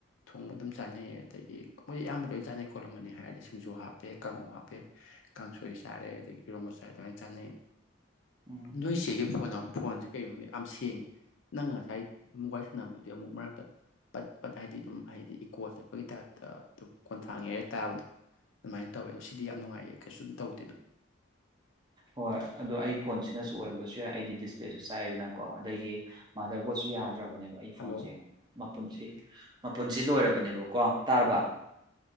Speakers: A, on the left; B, on the right.
A: ꯊꯣꯡꯕ ꯑꯗꯨꯝ ꯆꯥꯅꯩ ꯑꯗꯒꯤ ꯃꯣꯏ ꯑꯌꯥꯝꯕ ꯂꯣꯏ ꯆꯥꯅꯩ ꯀꯣꯜꯂꯝꯃꯅꯤ ꯍꯥꯏꯔꯗꯤ ꯁꯤꯡꯖꯨ ꯍꯥꯞꯄꯦ ꯀꯥꯡꯉꯧ ꯍꯥꯞꯄꯦ ꯀꯥꯡꯁꯣꯏ ꯆꯥꯔꯦ ꯑꯗꯒꯤ ꯏꯔꯣꯝ ꯃꯆꯥꯔ ꯂꯣꯏ ꯆꯥꯅꯩ
B: ꯎꯝ
A: ꯅꯣꯏꯁꯤꯒꯤ ꯐꯣꯟꯝ ꯐꯣꯟꯁꯦ ꯀꯒꯤꯩꯅꯣꯅꯦ ꯌꯥꯝ ꯁꯦꯡꯉꯦ ꯅꯪ ꯉꯁꯥꯏ ꯋꯥꯔꯤ ꯁꯥꯟꯅꯕꯗꯨꯗꯤ ꯑꯃꯨꯛ ꯃꯔꯛꯇ ꯄꯠ ꯄꯠ ꯍꯥꯏꯗꯤ ꯑꯗꯨꯝ ꯍꯥꯏꯗꯤ ꯏꯀꯣ ꯆꯠꯄꯒꯤ ꯇꯥꯏꯞꯇ ꯑꯗꯨꯝ ꯈꯣꯟꯊꯥꯡꯉꯦꯔ ꯇꯥꯕꯗꯣ ꯑꯗꯨꯃꯥꯏꯅ ꯇꯧꯋꯦ ꯑꯗꯣ ꯁꯤꯗꯤ ꯌꯥꯝ ꯅꯨꯡꯉꯥꯏꯌꯦ ꯀꯩꯁꯨ ꯑꯗꯨꯨꯝ ꯇꯧꯗꯦꯅ
B: ꯍꯣꯏ ꯑꯗꯣ ꯑꯩ ꯐꯣꯟꯁꯤꯅꯁꯨ ꯑꯣꯏꯔꯝꯕꯁꯨ ꯌꯥꯏ ꯑꯩꯗꯤ ꯗꯤꯁꯄ꯭ꯂꯦꯁꯨ ꯆꯥꯏꯦꯗꯅꯀꯣ ꯑꯗꯒꯤ ꯃꯥꯁꯇꯔꯄꯕꯣꯠꯁꯨ ꯌꯥꯗ꯭ꯔ ꯐꯠꯇ꯭ꯔꯕꯅꯦꯕ ꯑꯩ
A: ꯍꯜꯂꯣ
B: ꯐꯣꯟꯁꯦ ꯃꯄꯨꯟꯁꯤ ꯃꯄꯨꯟꯁꯤ ꯂꯣꯏꯔꯕꯅꯦꯕꯀꯣ ꯇꯥꯔꯕ